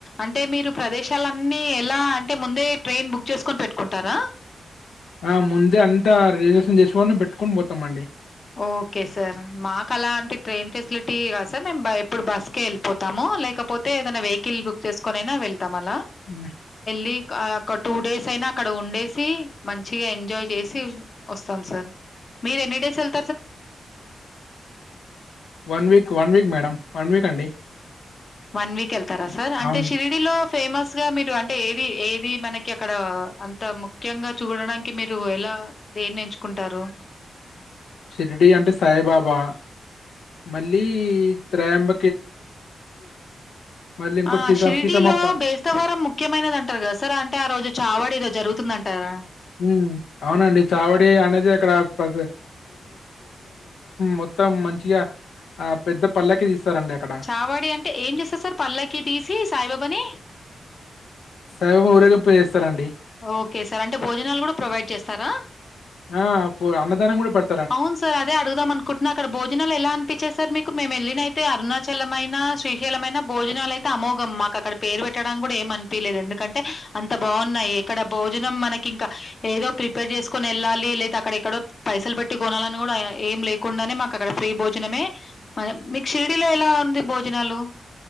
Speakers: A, on the left (about 45°); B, on the left (about 90°).
A: అంటే మీరు ప్రదేశాలన్నీ ఎలా అంటే ముందే ట్రైన్ బుక్ చేసుకొని పెట్టుకుంటారా
B: ఆ ముందే అంత రిజర్వేషన్ చేసుకోని పెట్టుకుని పోతామండి.
A: ఓకే సార్ మాకలా అంటే ట్రైన్ ఫెసిలిటీ టిగా సార్ మేము ఎప్పుడు బస్కే వెళ్ళిపోతాము లేకపోతే తే ఏదైనా వెహికల్ బుక్ చేసుకోనైనా వెళ్తాం అలా
B: నా
A: వీక్ ఒక టూ డేస్ అయినా అక్కడ ఉండేసి మంచిగా ఎంజాయ్ చేసి వస్తాం సార్ మీరెన్నిడేసేల్
B: one week one week madam one week అండి
A: వన్ వీక్ వెళ్తారా సార్ అంటే
B: అవును
A: షిరిడిలో ఫేమస్ గా మీరు అంటే ఏది ఏది మనకి అక్కడ అంత ముఖ్యంగా చూడడానికి మీరు ఎలా దేన్ని ఎంచుకుంటారు
B: షిరిడి అంటే సాయిబాబా మళ్ళీ త్రేంబ మళ్ళీ ఇంకోటి
A: ఆ
B: సీతా
A: షిరిడిలో
B: సీతమ్మ పా
A: బేస్తవర ముఖ్యమైనది అంటారు కదా సార్ అంటే ఆ రోజు చావాడ ఏదో జరుగుతుందంటారా
B: ఉమ్ అవునండి చావడే అనేది అక్కడ ప్ర మొత్తం మంచిగా ఆ పెద్ద పల్లకి తీస్తారండి అక్కడ
A: చావాడి అంటే ఏం చేస్తారు సార్ పల్లకి తీసి సాయిబాబని
B: సాయిబాబా ఊరేగింపు చేస్తారండి
A: ఓకే సార్ అంటే భోజనాలు కూడా ప్రొవైడ్ చేస్తారా
B: ఆ పో అన్నదానం కూడా పెడ్
A: అవును సార్ అదే అడుగుదాం అనుకుంటున్నా అక్కడ భోజనాలు ఎలా అనిపించెస్ సార్ మీకు మేము వెళ్ళినయితే అరుణాచలమైన శ్రీశైలమైన భోజనాలు అయితే అమోఘం మాకు అక్కడ పేరు పెట్టడానికి కూడా ఏమన్ టీ లేదు ఎందుకంటే అంత భా ఉన్నాయి ఇక్కడ భోజనం మనకి ఇంకా ఏదో ప్రిపేర్ చేసుకొని వెళ్ళాలి లేదా అక్కడ ఎక్కడో పైసల్ పెట్టి కొనాలన్న కూడా ఏం లేకుండానే మాకు అక్కడ ఫ్రీ భోజనమే మాకేం. మీకు షిరిడీలో ఎలా ఉంది భోజనాలు